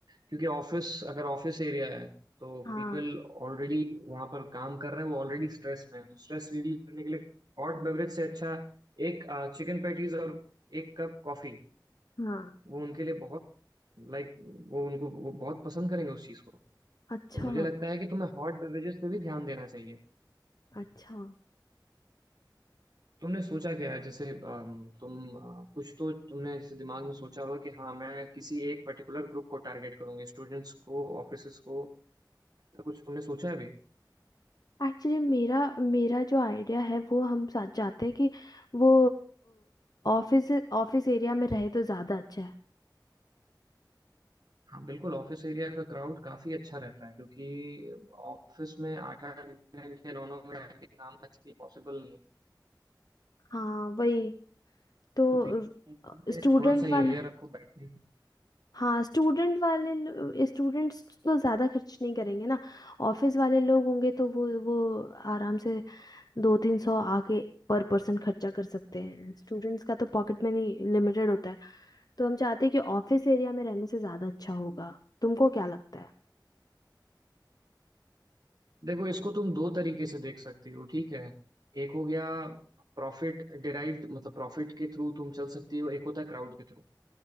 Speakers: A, on the right; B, on the left.
A: क्योंकि ऑफिस अगर ऑफिस एरिया है तो
B: हाँ
A: पीपल ऑलरेडी वहाँ पर काम कर रहे हैं वो ऑलरेडी स्ट्रेस में है तो स्ट्रेस रिलीव करने के लिए हॉट बेवरेज से अच्छा एक चिकन पैटीज और एक कप कॉफ़ी
B: हाँ
A: वो उनके लिए बहुत लाइक वो उनको वो बहुत पसंद करेंगे उस चीज़ को
B: अच्छा
A: तो मुझे लगता है कि तुम्हें हॉट बेवरेजेस पे भी ध्यान देना चाहिए
B: अच्छा
A: तुमने सोचा क्या है जैसे अम, तुम अ, कुछ तो तुमने जैसे दिमाग में सोचा होगा कि हाँ मैं किसी एक पर्टिकुलर ग्रुप को टारगेट करूंगी स्टूडेंट्स को ऑफिसेस को ऐसा कुछ तुमने सोचा है भी
B: एक्चुअली मेरा मेरा जो आइडिया है वो हम साथ चाहते हैं कि वो ऑफिस ऑफिस एरिया में रहे तो ज़्यादा अच्छा है
A: हाँ बिल्कुल ऑफिस एरिया का क्राउड काफी अच्छा रहता है क्योंकि ऑफिस में आठ आठ घंटे नौ नौ घंटे काम करना पॉसिबल नहीं है
B: हाँ वही तो
A: तो पीछे में
B: स्टूडेंट
A: थोड़ा सा एरिया
B: वाला
A: रखो बैठने का
B: हाँ स्टूडेंट वाले स्टूडेंट्स तो ज़्यादा खर्च नहीं करेंगे ना ऑफिस वाले लोग होंगे तो वो वो आराम से दो तीन सौ आके पर पर्सन खर्चा कर सकते हैं स्टूडेंट्स का तो पॉकेट मनी लिमिटेड होता है तो हम चाहते हैं कि ऑफिस एरिया में रहने से ज़्यादा अच्छा होगा तुमको क्या लगता है
A: देखो इसको तुम दो तरीके से देख सकती हो ठीक है एक हो गया प्रॉफिट डिराइव्ड मतलब प्रॉफिट के थ्रू तुम चल सकती हो एक होता है क्राउड के थ्रू